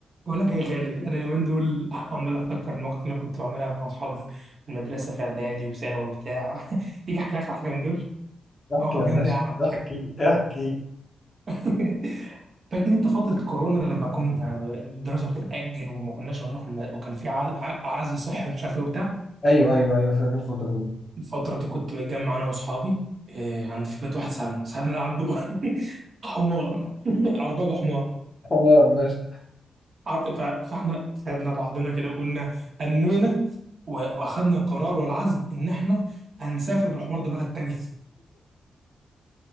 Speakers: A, on the right; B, on the left.
A: بقول لك يا غالي انا اليومين دول عمال افتكر المواقف اللي انا كنت بعملها مع اصحابي في المدرسه في اعدادي وثانوي وبتاع <laughs> تيجي احكي لك على حاجه من دول
B: احكي
A: مواقف
B: يا
A: جامده
B: باشا
A: على حاجه
B: احكي احكي
A: <laughs> فاكر انت فتره كورونا لما كنا الدراسه بتتاجل وما كناش بنروح الم... وكان في ع- ع- عزل صحي ومش عارف ايه وبتاع
B: ايوه ايوه ايوه فاكر الفترة دي
A: الفتره دي كنت متجمع انا واصحابي آه، عند في بيت واحد صاحبنا صاحبنا ده عنده <laughs> حمار <laughs> ارباب حمار
B: تمام ماشي
A: عر- ف- فاحنا خدنا بعضنا كده وقلنا أمينا و- واخدنا القرار والعزم ان احنا هنسافر بالحوار ده بلد تاني